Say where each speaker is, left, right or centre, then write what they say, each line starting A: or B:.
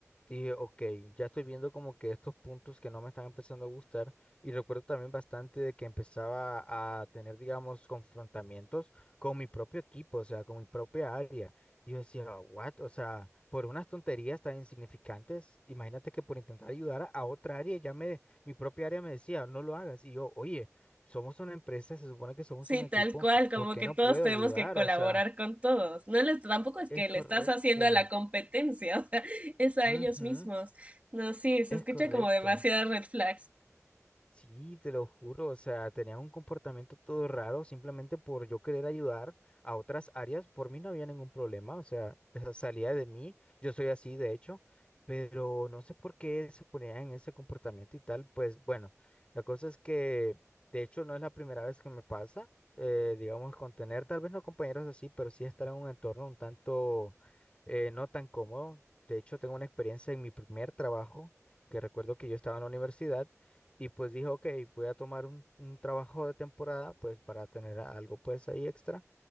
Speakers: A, on the left; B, on the right.
A: dije, ok, ya estoy viendo como que estos puntos que no me están empezando a gustar. Y recuerdo también bastante de que empezaba a tener, digamos, confrontamientos con mi propio equipo, o sea, con mi propia área. Y yo decía, what? O sea, por unas tonterías tan insignificantes, imagínate que por intentar ayudar a a otra área ya me mi propia área me decía, no lo hagas. Y yo, oye, somos una empresa, se supone que somos
B: Sí,
A: un equipo,
B: tal cual, como
A: ¿por qué
B: que
A: no
B: todos
A: puedo
B: tenemos
A: ayudar?
B: que colaborar
A: O sea,
B: con todos. No les, tampoco es
A: es
B: que
A: correcto.
B: le estás haciendo a la competencia, <laughs> o sea, es a
A: Ujú,
B: ellos mismos. No, sí, se
A: es
B: escucha
A: correcto.
B: como demasiadas red flags.
A: Sí, te lo juro, o sea, tenían un comportamiento todo raro simplemente por yo querer ayudar a otras áreas, por mí no había ningún problema, o sea, <laughs> esa salía de mí, yo soy así de hecho, pero no sé por qué se ponían en ese comportamiento y tal, pues bueno, la cosa es que de hecho no es la primera vez que me pasa, eh, digamos, con tener tal vez no compañeros así, pero sí estar en un entorno un tanto eh, no tan cómodo, de hecho tengo una experiencia en mi primer trabajo, que recuerdo que yo estaba en la universidad, y pues dije, ok, voy a tomar un, un trabajo de temporada, pues para tener a- algo pues ahí extra.